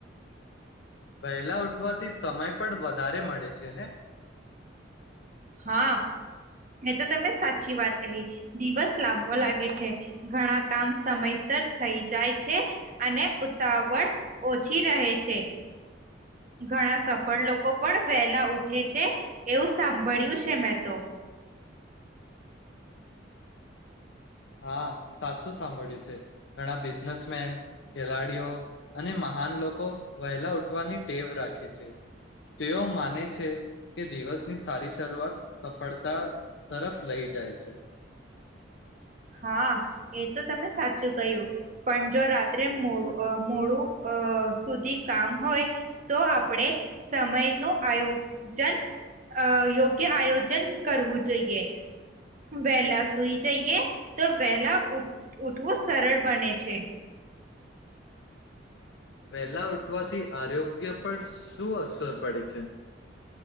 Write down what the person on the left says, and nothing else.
પહેલા ઉઠવાથી, સમય પણ વધારે મળે છેને.
હા, સાચું સાંભળ્યું છે. ઘણા બિઝનેસમેન ખેલાડીઓ અને મહાન લોકો વહેલા ઉઠવાની ટેવ રાખે છે. તેઓ માને છે, કે દિવસની સારી શરૂઆત સફળતા તરફ, લઈ જાય છે.
વહેલા ઉઠવાથી આરોગ્ય પર શું? અસર પડે છે.